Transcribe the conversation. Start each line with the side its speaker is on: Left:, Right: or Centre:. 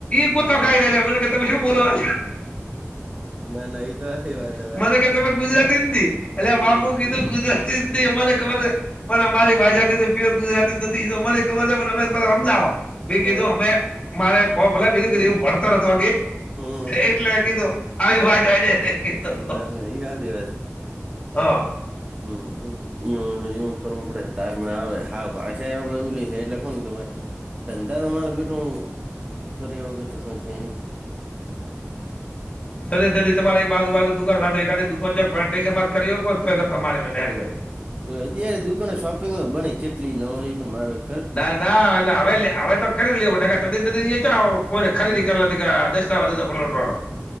Left: ગુથ ખાઈ કે તમે શું બોલો...
Right: ના ના એ તો હાચી વાત છે મારો
Left: મને ક
Right: બેટો
Left: તમે ગુજરાતી હિન્દી અલ
Right: હમ
Left: બાપું કીધું ગુજ મને ખબર છે પણ અરી ભા કધું પ્યોર ગુજરાતી નથી તો મને મે અમ ભ
Right: હા
Left: કીધું અમે મારે કહો ભલે બીધું કું એ ભણતર હતો
Right: હમ
Left: એટલે કીધું આવી
Right: હા
Left: વાજને કીધું-
Right: ના ના એ હાચી વાત
Left: હા
Right: હમ કરવું પડે તાર મેળ આવે હ ભાષા આપડે એલી એટલે કીધ ધંધા તમારે બટું કર વગર તો કો છે એની
Left: તમારી બાજુ બાજુ દુક રા રા દુકાન જ સ્ટેશન માર્ક ત મારે નહેરીો
Right: તો અત્યારે દુકાનો શોપિંગ બને ચટલી ન પણ મારા
Left: ના ના એટલે હવે હવે તો ખરી લેને તન તદી કોઈને ખરીદી
Right: હમ
Left: કરે દ તો પલટવાડ <unintelligible>